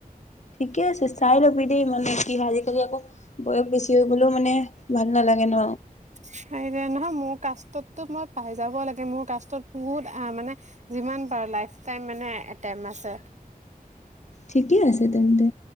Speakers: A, on the left (about 50°); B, on the right (about 50°).
A: ঠিকে আছে চাই লবি দেই মানে কি হয় আজিকালি আকৌ বয়স বেছি হৈ গ'লেও মানে ভাল নালাগে ন।
B: সেইটোৱে নহয় মোৰ কাষ্টতো মই পায় যাব লাগে মোৰ কাষ্টত বহুত আ মানে যিমান পাৰ লাইফটাইম মানে এটেম আছে।
A: ঠিকেই আছে তেন্তে,